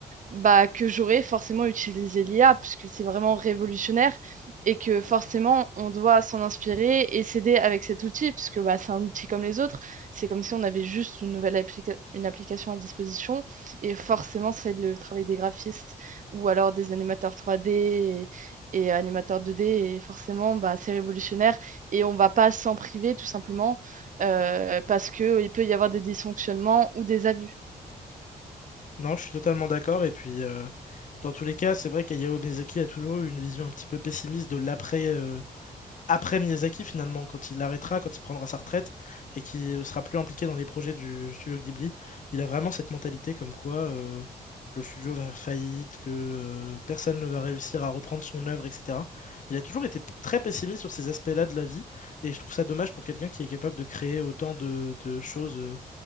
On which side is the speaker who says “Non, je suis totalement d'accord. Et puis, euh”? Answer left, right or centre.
Left